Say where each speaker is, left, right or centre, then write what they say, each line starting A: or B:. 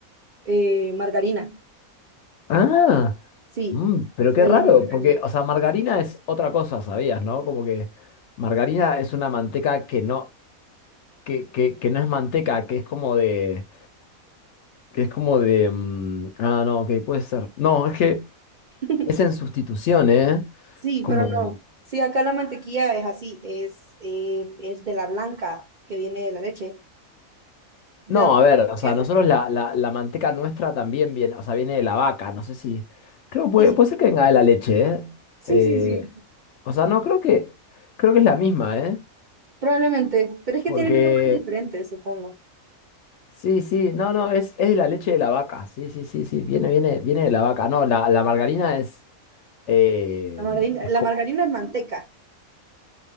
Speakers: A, on the right; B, on the left.
A: eh, margarina.
B: Ah,
A: Sí,
B: mm, pero
A: se
B: qué
A: le
B: raro,
A: llama margarina.
B: porque, o sea, margarina es otra cosa, ¿sabías, no? Como que margarina es una manteca que no, que, que, que no es manteca, que es como de, que es como de, mm, ah, no, ok, puede ser. No, es que
A: <laughs>
B: es en sustitución, ¿eh?
A: Sí,
B: Como,
A: pero no. Sí, acá la mantequilla es así, es, eh, es de la blanca que viene de la leche. ¿De
B: No,
A: dónde?
B: a ver, o
A: qué
B: sea,
A: es?
B: nosotros la, la, la manteca nuestra también viene, o sea, viene de la vaca, no sé si, creo, puede,
A: Sí,
B: puede ser que venga de la leche, ¿eh?
A: sí,
B: Eh,
A: sí, sí,
B: o sea, no, creo que, creo que es la misma, ¿eh?
A: probablemente. Pero es que
B: Porque,
A: tienen nombres diferentes, supongo.
B: sí, sí, no, no, es, es de la leche de la vaca, sí, sí, sí, sí, viene, viene, viene de la vaca, no, la, la margarina es, eh,
A: La margarina,
B: es
A: la
B: co-
A: margarina es manteca.